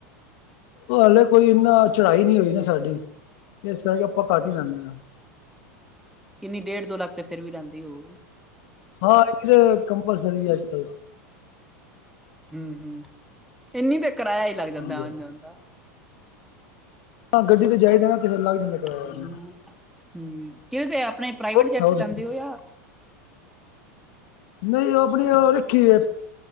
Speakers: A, on the left (about 60°); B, in the centre.
A: ਉਹ ਹਲੇ ਕੋਈ ਇਨਾ ਚੜਾਈ ਨੀ ਹੋਈ ਨਾ ਸਾਡੀ, ਇਸ ਕਰਕੇ ਆਪਾਂ ਕੱਟ ਹੀ ਲੈਂਨੇ ਹਾਂ
B: ਕਿੰਨੀ ਡੇਢ ਦੋ ਲੱਖ ਤੇ ਫੇਰ ਵੀ ਲੈਂਦੇ ਹੀ ਹੋਗੇ
A: ਹਾਂ, ਇਹ ਕਿ ਤੇ ਕਮਪਲਸਰੀ ਆਜ ਕੱਲ
B: ਹਮ ਹਮ ਇੰਨੀ ਤੇ ਕਿਰਾਇਆ ਹੀ ਲੱਗ ਜਾਂਦਾ
A: ਹਾਂਜੀ ਹਾਂਜੀ
B: ਵ ਦਾ
A: ਹਾਂ ਗੱਡੀ ਤੇ ਜਾਈਦਾ ਨਾ ਤੇ ਫਿਰ ਲੱਗ ਜਾਂਦਾ ਕਿਰਾਇਆ
B: ਹਮ
A: ਇੰਨਾ
B: ਕਿਹੜ ਤੇ ਆਪਣੇ ਪ੍ਰਾਈਵੇਟ
A: ਹੋਰ ਸੁਣਾਓ
B: ਜੈਟ ਤੇ ਜਾਂਦੇ
A: ਤੁਸੀਂ?
B: ਹੋ ਜਾਂ
A: ਨਹੀਂ ਉਹ ਆਪਣੀ ਉਹ ਰੱਖੀ ਹੈ